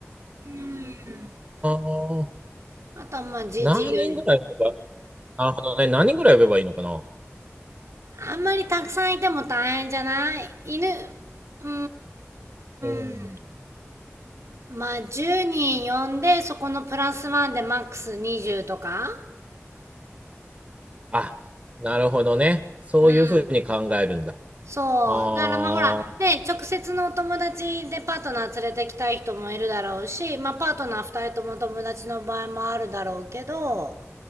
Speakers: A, on the right; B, on the right.
A: うん
B: あ。
A: あとはまあじ自由に。
B: 何人ぐらい呼べば、なるほどね。何人ぐらい呼べばいいのかな。
A: あんまりたくさんいても大変じゃない犬、うー
B: うん。
A: ん、まあ10人呼んで、そこのプラスワンでマックス20とか
B: あ、なるほどね。そういうふうに考えるんだ。
A: うん。そう。
B: ああ。
A: だからまあほら、
B: うん
A: ね、直接のお友達でパートナー連れてきたい人もいるだろうし、まあパートナー2人とも友達の場合もあるだろうけど、